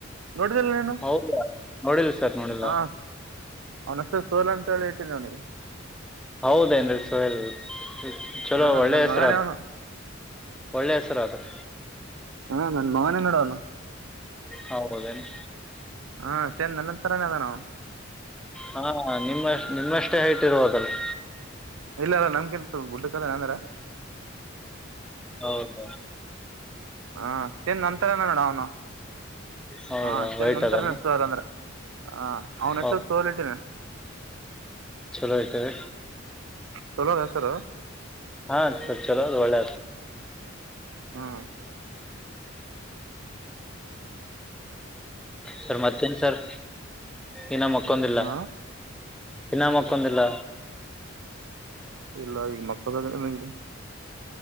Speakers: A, on the right (about 80°); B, in the centre.
A: ನೋಡಿದಲ್ಲ ನೀನು
B: ಹೌದಾ ನೋಡಿಲ್ಲ ಸರ್ ನೋಡಿಲ್ಲ
A: ಹಾ ಅವನ ಹೆಸರು ಸೂರ್ಯ ಅಂತ ಹೇಳ ಇಟ್ಟಿದ್ದ ಅವನಿಗಿ
B: ಹೌದೆನ್ರೀ ಸೋಹಲ್ ಚಲೋ
A: ಹಾಂ
B: ಒಳ್ಳೆ
A: ನನ್ನ
B: ಹೆಸರಾದ
A: ಮಗನೇ ಅವನು
B: ಒಳ್ಳೆ ಹೆಸರಾದ್ರಿ
A: ಹಾ ನನ್ ಮಗನೇ ನೋಡ ಅವನು
B: ಹೌದೇನ್
A: ಹಾ ಸೇರಿ ನನ್ನ ತರನ ಅದ ನಾವು
B: ಹಾ ನಿಮ್ಮ ನಿಮ್ಮಷ್ಟೇ ಹೈಟ್ ಇರ್ವುದಲ್ರಿ
A: ಇಲ್ಲ ಅಲ್ಲ ನಮ್ಗೆಂತ ಸ್ವಲ್ಪ ಡ್ ಕದ ಅಂದ್ರ
B: ಹೌದ
A: ಹಾ ಏನ್ ನಂತರಏನ ನೋಡ ಅವನು
B: ಹೌದಾ
A: ಹಾ ಚಂದ
B: ವೈಟ್
A: ನಂತರ
B: ಅದಾನ
A: ಸೋರ್ ಅಂದ್ರ ಆ ಅವ್ನ
B: ಹೌದು
A: ಹೆಸರು ಸೋಲ್ ಇಟ್ಟಿನಿ
B: ಚಲೋ ಇದತಾರೆ
A: ಚಲೋಣ ಹೆಸರ
B: ಹಾ ಚಲೋದು ಒಳ್ಳ
A: ಹಾಂ
B: ಸರ್ ಮತ್ತೇನ್ ಸರ್ ಇನ್ನ್ಕ್ಕಂದಿಲ್ಲ
A: ಹ
B: ಇನ್ನ ಮಕ್ಕೊಂದಿಲ್ಲ
A: ಇಲ್ಲ ಈಗ ಮಕ್ಕಳ ನಿಮಗೆ